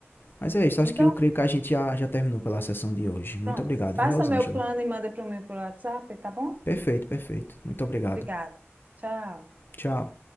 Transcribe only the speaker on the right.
Então,
Pronto.
Passa
meu plano e manda para mim pelo WhatsApp, tá bom?
Obrigada. Tchau.